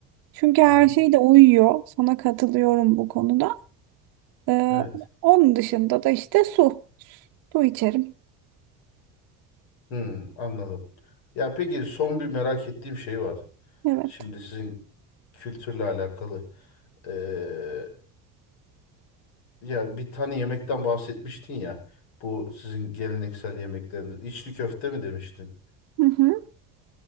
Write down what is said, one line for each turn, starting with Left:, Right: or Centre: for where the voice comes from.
Right: Çünkü her
Left: Aha,
Right: şey de uyuyor. Sana katılıyorum bu konuda. Ee,
Left: evet.
Right: onun dışında da işte su. Su içerim.
Left: Hmm, anladım. Ya peki son bir merak ettiğim şey var.
Right: Evet.
Left: Şimdi sizin kültürle alakalı. Ee, ya bir tane yemekten bahsetmiştin ya. Bu sizin geleneksel yemekleriniz. İçli köfte mi demiştin?
Right: Hı hı.